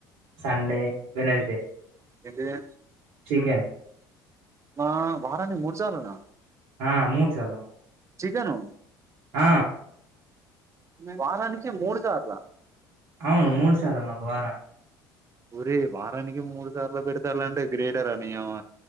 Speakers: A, on the right; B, on the right.
A: సండే వెన్సడే
B: ఎంటిది
A: చికెన్
B: మా వారానికి మూడుసార్లునా
A: ఆ మూడు సాల మ
B: చికెను
A: ఆ
B: వారానినకి మూడుసార్లా
A: అవును మూడు సార్లే మాకు వారనికి
B: పూరి వారానికి మూడు సార్లు పెడతలాంటే గ్రేటర నీయమ్మ